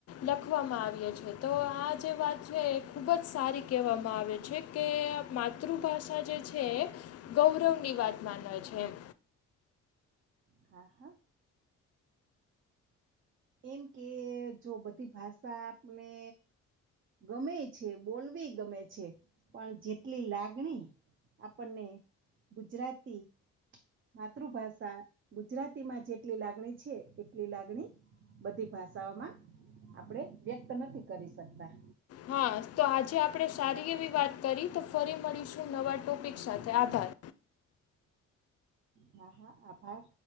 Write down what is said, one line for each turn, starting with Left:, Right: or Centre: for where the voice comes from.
Left: લખવામાં આવ્યો છે. તો આ જે વાત છે એ ખુબ જ સારી કહેવામાં આવે છે. કે માતૃભાષા જે છે એ ગૌરવની વાત માને છે એમ.
Right: હા હા એમ કે જો બધી ભાષા આપને ગમે છે બોલવી ગમે છે. પણ જેટલી લાગણી આપણને ગુજરાતી માતૃભાષા ગુજરાતીમાં જેટલી લાગણી છે એટલી લાગણી બધી ભાષાઓમાં આપણેે વ્યક્ત નથી કરી શકતા.
Left: હા તો આજે આપણે સારી એવી વાત કરી તો ફરી મળીશું નવા ટોપિક સાથે આભાર.
Right: હા હા આભાર.